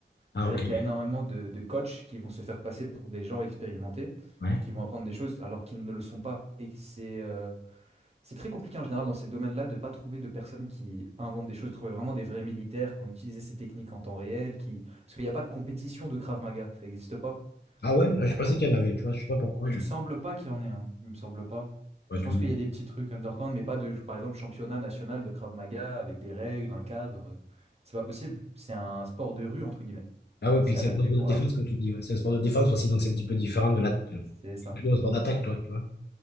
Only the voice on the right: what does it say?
C'est-à-dire
qu'il y a énormément de, de coachs qui vont se faire passer pour des gens expérimentés,
qui vont apprendre des choses alors qu'ils ne le sont pas. Et c'est. euh, C'est très compliqué en général dans ces domaines-là de ne pas trouver de personnes qui inventent des choses, de trouver vraiment des vrais militaires qui ont utilisé ces techniques en temps réel, qui... parce qu'il n'y a pas de compétition de Krav Maga, ça n'existe pas.
Donc
euh,
il
me semble pas qu'il y en ait, hein. Il me semble pas.
Je
pense qu'il y a des petits trucs underground, mais pas de, par exemple, championnat national de Krav Maga avec des règles, un cadre. euh, C'est pas possible. C'est un sport de rue, entre guillemets.
C'est
adapté
pour
la rue.
C'est ça.